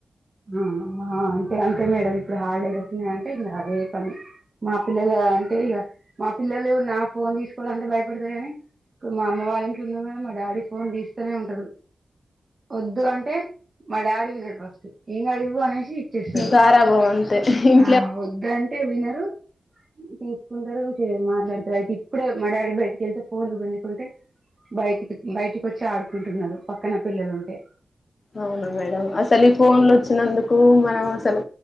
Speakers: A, on the right; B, on the left.
A: ఆ ఆ ఆహ్ అంటే అంతే మేడం. ఇప్పుడు హాలిడేస్ వచ్చినయ్ అంటే ఇంకా అదే పని మా పిల్లలు అంటే ఇగా మా పిల్లలు నా ఫోన్ తీసుకోవడం అంత భయపడతారు గానీ. క్ మా అమ్మ వాళ్ళకి ఉన్నాం కదా. మా డాడీ ఫోన్ తీస్తనే ఉంటారు. వద్దు అంటే మా డాడీ కి తిడతాం ఇంగా ఇవ్వు అనే ఇచ్చేస్తారు.
B: గారాబం అంతే ఇంట్లో
A: ఆ వద్ద అంటే వినరు తీసుకుంటారు మాట్లాడతారు అయితే ఇప్పుడే మా డాడీ బయటికి వెళ్తే ఫోన్లు గుంజుకుంటే బయటికి బయటికి వచ్చి ఆడుకుంటున్నారు పక్కన పిల్లలుంటే
B: అవునా మేడం అ ఫోన్లు వచ్చినందుకు మనమ అసలు